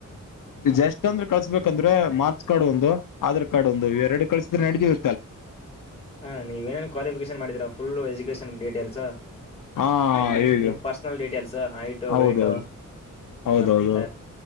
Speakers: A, on the left; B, on the left.
A: ಜಸ್ಟ್ ಅಂದ್ರೆ ಕಳ್ಸ್ಬೇಕಂದ್ರೆ ಮಾರ್ಕ್ಸ್ ಕಾರ್ಡ್ ಒಂದು ಆಧಾರ್ ಕಾರ್ಡ್ ಒಂದು ಇವೆರಡು ಕಳಸಿದ್ರೆ ನಡೆತಿವ್.
B: ಹಾ ನೀವ ಏನ್ ಕ್ವಾಲಿಫಿಕೇಶನ್ ಮಾಡಿದೀರಾ ಫುಲ್ ಎಜುಕೇಷನ್. ಡಿಟೈಲ್ಸ್
A: ಹಾ
B: ಅಂಡ್ ನಿಮ್
A: ಈಗ
B: ನಿಮ್ಮ ಪರ್ಸನಲ್ ಡೀಟೇಲ್ಸ್ ಹೈಟು
A: ಹೌದೌದು
B: ವೇಟು
A: ಹೌದೌದು
B: ಮತ್ತ.